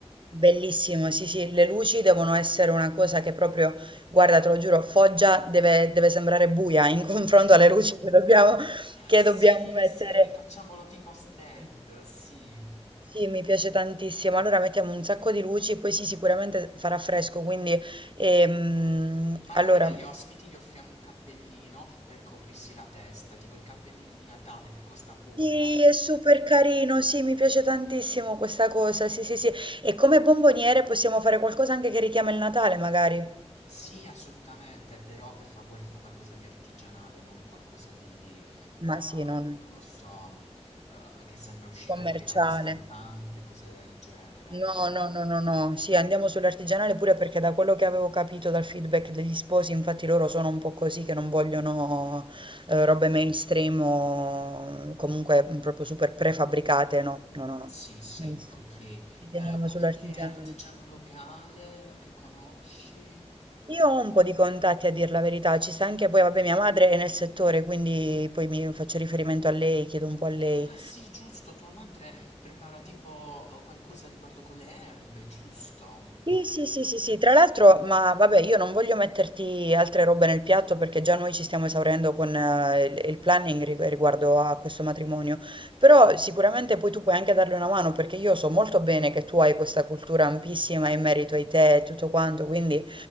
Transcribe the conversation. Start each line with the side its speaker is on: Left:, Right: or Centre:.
Right: Bellissimo, sì, sì, le luci devono essere una cosa che proprio, guarda, te lo giuro, Foggia deve, deve sembrare buia in confronto
Left: <laughs>
Right: alle luci che dobbiamo, che
Left: Sì,
Right: dobbiamo mettere.
Left: sì, facciamolo tipo a stand,
Right: Sì,
Left: sì.
Right: sì, mi piace tantissimo. Allora mettiamo un sacco di luci, poi sì, sicuramente farà fresco, quindi ehm,
Left: Magari
Right: allora
Left: agli ospiti gli offriamo un cappellino per coprirsi la testa, tipo il cappellino di Natale che costa poco.
Right: sì, è super carino, sì, mi piace tantissimo questa cosa. Sì, sì, sì. E come bomboniere possiamo fare qualcosa anche che richiama il Natale, magari.
Left: Sì, assolutamente, però per favore fa qualcosa di artigianale, non qualcosa di,
Right: Ma
Left: uh, non
Right: sì, no, no,
Left: lo so, uh, che sembra uscito
Right: commerciale.
Left: fuori da una stampante, cose del genere.
Right: No, no, no, no, no. Sì, andiamo sull'artigianale pure perché da quello che avevo capito dal feedback degli sposi, infatti loro sono un po' così che non vogliono eh, robe mainstream o mm, comunque mm, proprio super prefabbricate. No, no, no, no.
Left: Sì, sì,
Right: Quindi sì,
Left: ok. Eh,
Right: Ci teniamo
Left: qualche
Right: sull'artigianale.
Left: artigiano locale che conosci?
Right: Io ho un po' di contatti a dire la verità, ci sta anche poi, vabbè, mia madre è nel settore, quindi poi mi faccio riferimento a lei, chiedo un po' a lei.
Left: Ah, sì, giusto, tua madre prepara tipo uh, qualcosa riguardo con le erbe, giusto?
Right: Sì, sì, sì, sì, sì, tra l'altro, ma vabbè, io non voglio metterti altre robe nel piatto perché già noi ci stiamo esaurendo con eh, il, il planning ri- riguardo a questo matrimonio, però sicuramente poi tu puoi anche darle una mano perché io so molto bene che tu hai questa cultura ampissima in merito ai tè e tutto quanto, quindi